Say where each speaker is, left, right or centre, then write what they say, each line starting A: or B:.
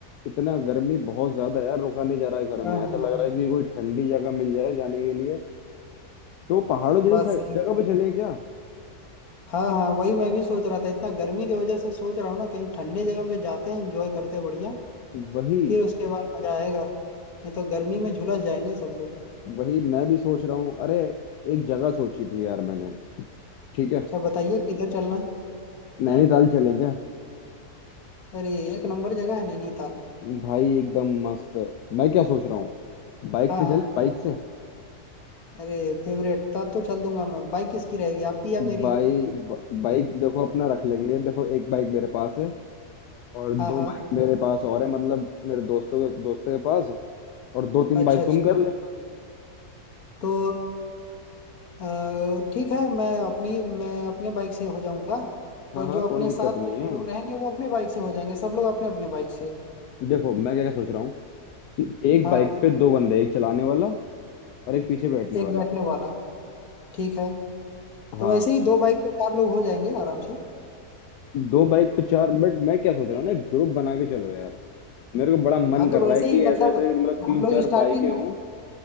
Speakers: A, on the left; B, on the left.
A: इतना गर्मी बहुत ज्यादा यार रुका नहीं जा रहा है घर
B: हाँ
A: में ऐसा
B: हाँ
A: लग रहा है कि कोई ठंडी जगह मिल जाए जाने के लिए तो पहाड़ों जैसी
B: बस
A: सा-
B: एक-
A: जगह पे चलें क्या
B: हाँ हाँ वही मैं भी सोच रहा था इतना गर्मी की वजह से सोच रहा हूँ ना कहीं ठंडे जगह पे जाते हैं एंजॉय करते हैं बढ़िया
A: वही
B: फिर उसके बाद मजा आएगा नहीं तो गर्मी में झुलस जाएंगे सब लोग
A: वही मैं भी सोच रहा हूँ अरे एक जगह सोची थी यार मैंने ठीक है
B: सब बताइए किधर चलना है
A: नैनीताल चलें क्या
B: अरे एक नंबर जगह है नैनीताल
A: भाई एकदम मस्त मैं क्या सोच रहा हूँ बाइक
B: हाँ
A: से
B: हाँ
A: चले बाइक से
B: अरे फेवरेट तब तो चल दूंगा मैं बाइक किसकी रहेगी आपकी या मेरी
A: भाई ब- बाइक देखो अपना रख लेंगे देखो एक बाइक मेरे पास है और दो
B: हाँ हाँ
A: बाइक मेरे पास और है मतलब मेरे दोस्तों के दोस्तों के पास और दो तीन
B: अच्छा
A: बाइक
B: अच्छा
A: तुम कर लेना
B: तो अ, ठीक है मैं अपनी मैं अपने बाइक से हो जाऊंगा
A: हाँ
B: और
A: हाँ
B: जो
A: कोई
B: अपने
A: दिक्कत
B: साथ
A: नहीं
B: के जो
A: है
B: लोग रहेंगे वो अपने बाइक से हो जाएंगे सब लोग अपने अपने बाइक से
A: देखो मैं क्या क्या सोच रहा हूँ कि एक
B: हाँ
A: बाइक पे दो बंदे एक चलाने वाला और एक पीछे बैठने
B: एक
A: वाला
B: बैठने वाला ठीक है तो
A: हाँ
B: वैसे ही दो बाइक पे चार लोग हो जाएंगे आराम से
A: दो बाइक पे चार मिनट मैं क्या सोच रहा हूँ ना एक ग्रुप बना के चलो यार मेरे को बड़ा मन
B: हाँ
A: कर
B: तो
A: रहा
B: वैसे
A: है कि
B: ही मतलब
A: ऐसे ऐसे मतलब तीन
B: हम लोग
A: चार
B: स्टार्टिंग
A: बाइकें हों